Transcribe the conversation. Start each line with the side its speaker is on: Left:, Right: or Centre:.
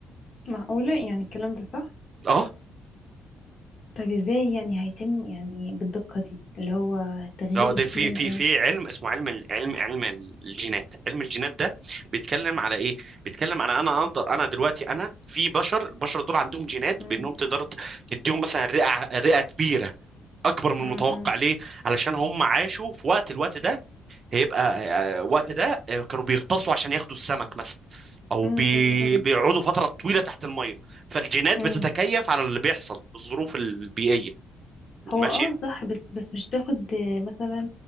Left: معقولة يعني الكلام ده صح
Right: اه
Left: طيب ازاي يعني هيتم يعني بالدقة دي اللي هو تغيير
Right: اه ده
Left: الدي
Right: في
Left: ان
Right: في
Left: ايه
Right: في علم اسمه علم ال- علم علم الجينات علم الجينات ده بيتكلم على ايه بيتكلم على انا اقدر انا دلوقتي انا في بشر البشر دول عندهم جينات
Left: امم
Right: بانهم تقدر تديهم مثلا رئة رئة كبيرة اكبر من المتوقع
Left: امم
Right: ليه علشان هم عاشوا في وقت الوقت ده هيبقى آه، وقت ده آه، كانوا بيغطسوا عشان ياخدوا السمك مثلا او
Left: امم
Right: بي... بيقعدوا فترة طويلة تحت المية فالجينات
Left: امم
Right: بتتكيف على اللي بيحصل الظروف البيئية
Left: هو
Right: ماشي
Left: اه صح بس بس مش تاخد آه، مثلا